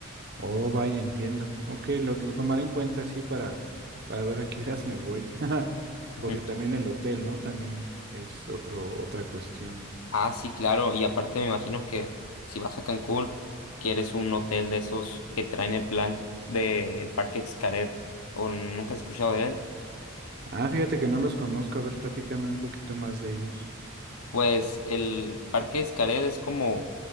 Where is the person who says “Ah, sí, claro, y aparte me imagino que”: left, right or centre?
Left